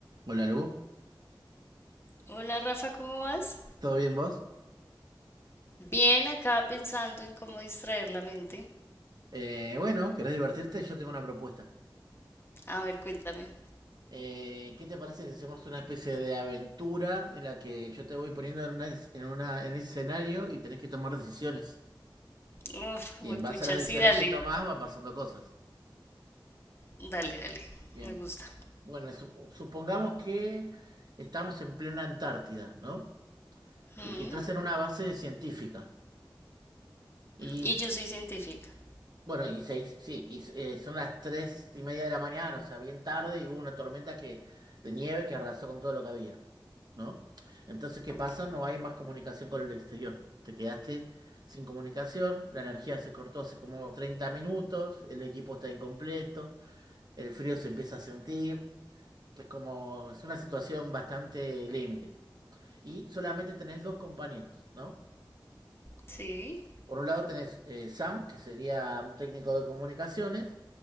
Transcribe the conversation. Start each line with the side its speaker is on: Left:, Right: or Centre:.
Right: Hola Lu,
Left: Hola Rafa, ¿cómo vas?
Right: ¿todo bien vos?
Left: Bien, acá pensando en cómo distraer la mente.
Right: Eh, bueno, ¿querés divertirte? Yo tengo una propuesta.
Left: A ver, cuéntame.
Right: Eh, ¿qué te parece si hacemos una especie de aventura en la que yo te voy poniendo en una, en una, en el escenario y tenés que tomar decisiones?
Left: Uf,
Right: Y en base
Left: pucha,
Right: a las decisiones
Left: sí, dale.
Right: que tomás van pasando cosas.
Left: Dale, dale.
Right: Bien,
Left: Me gusta.
Right: bueno, su- supongamos que estamos en plena Antártida, ¿no?
Left: Mm,
Right: Y que estás en una base científica. Y
Left: Y yo soy científica.
Right: Bueno, y seis, sí, y eh, son las tres y media de la mañana, o sea, bien tarde, y hubo una tormenta que, de nieve que arrasó con todo lo que había, ¿no? Entonces, ¿qué
Left: Ok.
Right: pasa? No hay más comunicación con el exterior. Te quedaste sin comunicación, la energía se cortó hace como 30 minutos, el equipo está incompleto, el frío se empieza a sentir, es como, es una situación bastante límite. Y solamente tenés dos compañeros, ¿no?
Left: Sí,
Right: Por un lado tenés eh, Sam, que sería un técnico de comunicaciones,